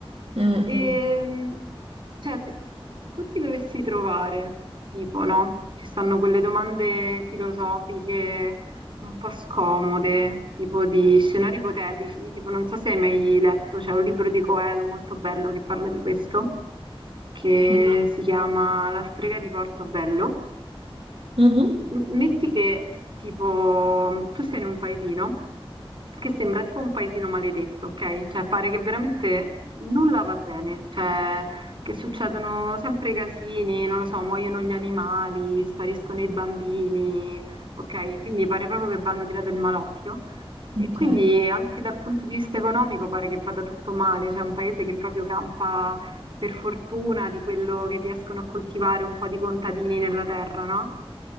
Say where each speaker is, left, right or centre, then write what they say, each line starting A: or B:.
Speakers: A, on the right (about 75°); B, on the right (about 60°).
A: Mm,
B: Ehm,
A: mm,
B: cioè, se, se tu ti dovessi trovare, tipo, no? Ci stanno quelle domande filosofiche un po' scomode, tipo di scenari ipotetici, tipo non so se hai mai letto, c'è un libro di Coelho molto bello che parla di questo, che
A: no.
B: si chiama La strega di Portobello.
A: Mhm.
B: M- Metti che tipo tu sei in un paesino che sembra tipo un paesino maledetto, ok? Cioè pare che veramente nulla va bene, cioè che succedono sempre casini, non lo so, muoiono gli animali, spariscono i bambini, ok? Quindi pare proprio che vanno tirato il malocchio. E
A: Ok.
B: quindi anche dal punto di vista economico pare che vada tutto male, cioè un paese che proprio campa per fortuna di quello che riescono a coltivare un po' di contadini nella terra, no?